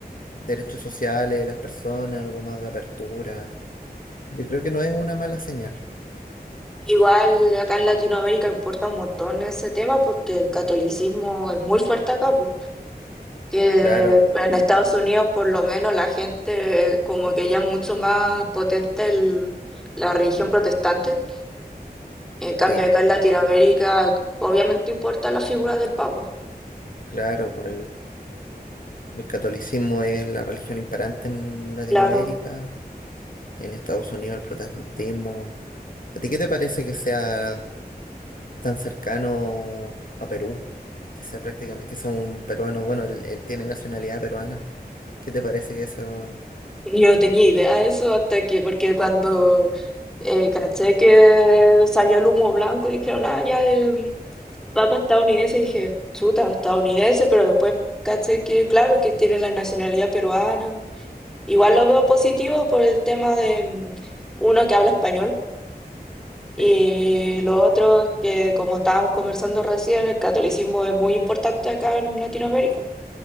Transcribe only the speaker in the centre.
Igual acá en Latinoamérica importa un montón ese tema porque el catolicismo es muy fuerte acá, pues. Que
en Estados Unidos por lo menos la gente como que ya es mucho más potente el- la religión protestante. En cambio
acá en Latinoamérica obviamente importa la figura del Papa.
Claro.
Yo no tenía idea de eso hasta que, porque cuando eh, caché que salió el humo blanco y dijeron, ah, ya eh, va para estadounidense, dije, chuta, estadounidense, pero después caché que, claro, que tiene la nacionalidad peruana. Igual lo veo positivo por el tema de mm, uno que habla español y
lo otro es que, como estábamos conversando recién, el catolicismo es muy importante acá en Latinoamérica.